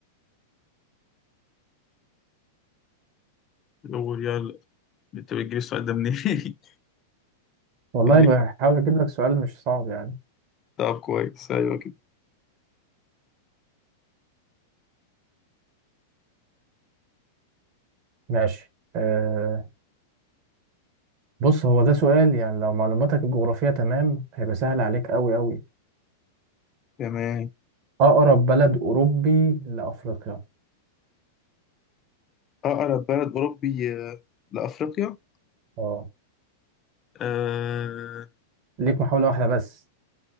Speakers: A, on the left; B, on the right.
A: هو يلا انت بتجيب السؤال ده منين؟
B: والله
A: <laughs> خليك
B: بحاول أجيب لك سؤال مش صعب يعني
A: طب كويس ايوه كده
B: ماشي آه، بص هو ده سؤال يعني لو معلوماتك الجغرافية تمام هيبقى سهل عليك أوي أوي
A: تمام
B: أقرب بلد أوروبي لأفريقيا
A: اقرب بلد اوروبي آه، لافريقيا
B: اه
A: آه...
B: ليك محاولة واحدة بس